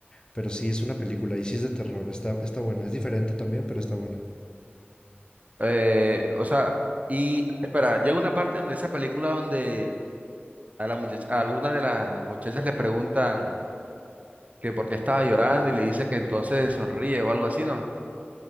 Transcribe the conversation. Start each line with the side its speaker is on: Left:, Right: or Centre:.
Left: Pero sí, es una película y sí es de terror. Está, está buena. Es diferente también, pero está buena.
Right: Eh, o sea, y espera, llega una parte donde esa película donde a la muchacha, a alguna de las muchachas le preguntan que por qué estaba llorando y le dice que entonces sonríe o algo así, ¿no?